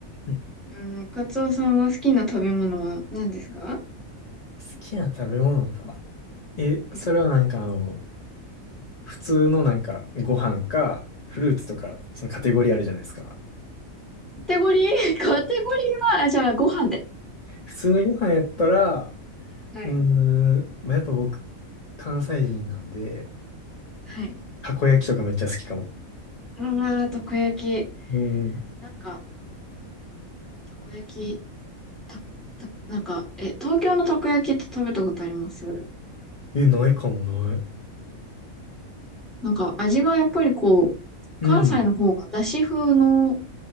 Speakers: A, on the left (about 35°); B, in the centre.
A: うん好
B: うん、カツオさんは好きな食べ物は何ですか
A: きな食べ物か。え、
B: はい。
A: それはなんかあの、普通のなんかご飯か、フルーツとか、そのカテゴリーあるじゃないですか。
B: カテゴリー <laughs> カテゴリーは、あ、じゃあ、ご飯で。
A: 普通のご飯やったら、
B: はい。
A: うーん、まあ、やっぱ僕、関西人なんで、
B: はい。
A: たこ焼きとかめっちゃ好きかも。
B: ああ、たこ焼き。
A: うん。
B: なんか、たこ焼き、た、た、なんか、え、東京のたこ焼きって食べたことあります
A: え、ないかもない。
B: なんか、味がやっぱりこう、
A: うん。
B: 関西の方がだし風の、